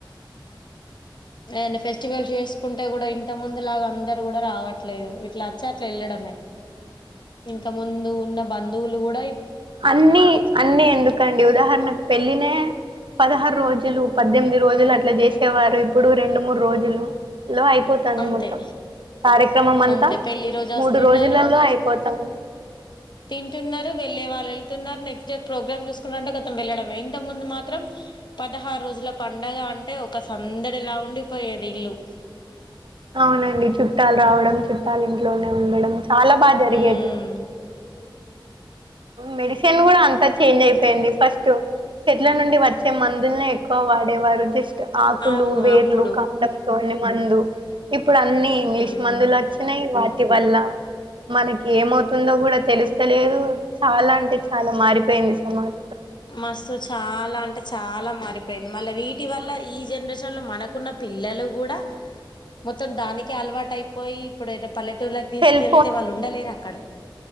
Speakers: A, on the left; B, on the right.
A: మైన్ ఫెస్టివల్ చేసుకుంటే కూడ ఇం ఇంత ముందు లాగ అందరు కూడా రావట్లేదు. ఇట్ల వచ్చి అట్ల వెళ్ళడమే. ఇంత ముందు ఉన్న బందువు లు కూడ
B: అన్నీ అన్ని ఎందుకండి ఉదాహరణకు పెళ్ళినే పదహారు రోజులు పద్దెమిది రోజులు అట్ల చేసేవారు ఇప్పుడు రెండు మూడు రోజులు లో అయిపోతాంది
A: అంతే
B: మొత్తం కార్యక్రమం అంతా
A: అంతే పెళ్లి రోజు వస్తున్నారు
B: మూడు రోజులల్లో అయిపోతుంది.
A: తింటున్నరు వెళ్లే వాళ్ళు వెళ్తున్నారు నెక్స్ట్ డే ప్రోగ్రామ్ చూసుకుంటె కతం వెళ్లడం మై ఇంత ముందు మాత్రం పదహారు రోజుల పండగ అంటే ఒక సందడిలా ఉండిపోయేది ఇల్లు
B: అవునండి చుట్టాల్ రావడం చుట్టాలు ఇంట్లోనే ఉండడం చాల బాగ జరిగేది
A: ఉమ్
B: మెడి సెన్ కూడ అంతాచేంజ్ అయిపోయింది ఫస్ట్ చెట్ల నుండి వచ్చే మందుల్నే ఎక్కువ వాడేవారు జస్ట్ ఆకులు
A: అవును
B: వేర్లు
A: అప్పుడు
B: కాండంతో మందు ఇప్ ఇప్పుడన్ని ఇంగ్లీష్
A: ఉమ్
B: మందులు వచ్చినయి ఇంటి వల్ల మనకి ఏమవుతుందో కూడా తెలుస్తలేదు చాల అంటే చాల మారిపోయింది సమాజం
A: మస్తు చాల అంటే చాల మారి అయిపోయింది మళ్ళ వీటి వల్ల ఈ జెనరేషన్ లో మనకున్న పిల్లలు కూడా మొత్తం దాని కె అలవాటు అయిపోయి ఇప్పుడు పల్లెటూళ్రుళకి తీసుకెళ్తే
B: సెల్
A: వాళ్ళు ఉండలేరు అక్కడ